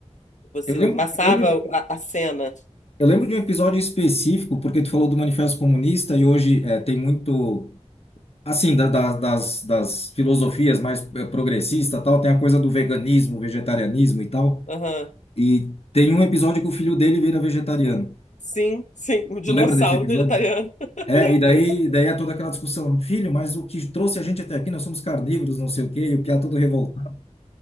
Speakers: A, on the left; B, on the left.
A: Você
B: Eu lembro,
A: passava
B: eu lembro de, um-
A: a, a cena.
B: eu lembro de um episódio específico, porque tu falou do Manifesto Comunista e hoje é, tem muito. Assim, da- da- das, das filosofias mais eh, progressista, tal, tem a coisa do veganismo, vegetarianismo e tal.
A: Aham.
B: E tem um episódio que o filho dele vira vegetariano.
A: Sim, sim. Um dinossauro
B: Tu lembra desse episódio?
A: vegetariano. <laughs>
B: É,
A: Lembro.
B: e daí, daí é toda aquela discussão. Filho, mas o que trouxe a gente até aqui, nós somos carnívoros, não sei o quê, e o piá todo revoltado.